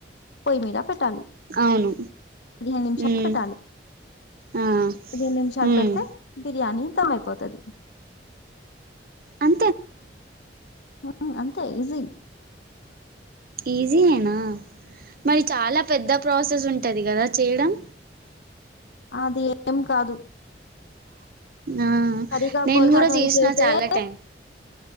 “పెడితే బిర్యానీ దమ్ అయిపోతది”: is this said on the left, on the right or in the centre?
Left